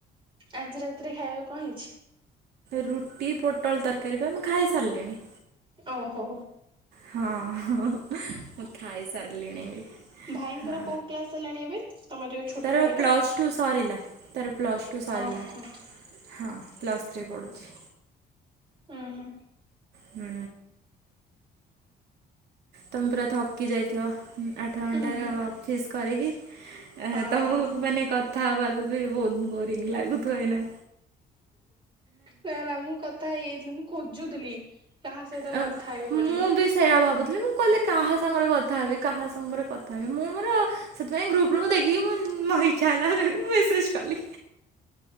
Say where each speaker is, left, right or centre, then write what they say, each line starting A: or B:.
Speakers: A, on the right; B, on the right.
A: ଆଜି ରାତିରେ ଖାଇବାକୁ କଣ ହେଇଛି,
B: ରୁଟି ପୋଟଳ ତରକାରୀ <inaudible> କରିବା ମୁଁ ଖାଇ ସାରିଲିଣି
A: ଓହୋ
B: ହଁ ମୁଁ ଖାଇ ସାରିଲିଣି ବି
A: ଭାଇଙ୍କର
B: ହଁ
A: କୋଉ କ୍ଲାସ ହେଲାଣି ଏବେ ତମ ଯୋଉ ଛୋଟ
B: ତ
A: ଭାଇର?
B: ପ୍ଲସ ଟୁ ସରିଲା। ତାର <inaudible> ପ୍ଲସ୍ ଟୁ ସରିଲା
A: ଓହୋ
B: ହଁ ପ୍ଲସ୍ ଥ୍ରୀ ପଡ଼ୁଛି,
A: ହୁଁ ହୁଁ
B: ହୁଁ ତମେ ପୁରା ଥକି ଯାଇଥିବ ଆଠ ଘଣ୍ଟାରେ
A: ହୁଁ ହୁଁ
B: ଫିସ୍ କରିକି। ଆ
A: ହଁ।
B: ତମକୁ ମାନେ କଥା ହବାକୁ ବି ବହୁତ ବୋରିଙ୍ଗ ଲାଗୁଥିବ ଏନା
A: ନା ନା ମୁଁ କଥା ହେଇଯାଇଥିଲି ମୁଁ ଖୋଜୁଥିଲି କାହା ସହିତ
B: ମୁଁ
A: କଥା ହେଇ ବୋଲି
B: ବି ସେଇୟା ଭାବୁଥିଲି ମୁଁ କହିଲେ କାହା ସାଙ୍ଗରେ କଥା ହେବି କାହା ସାଙ୍ଗରେ କଥା ହେବି ମୁଁ ମୋର ସେଥିପାଇଁ ଗ୍ରୁପ ର ଦେଖିକି ମୋ ଇଚ୍ଛା ହେଲା ମୁ ମେସେଜ କଲି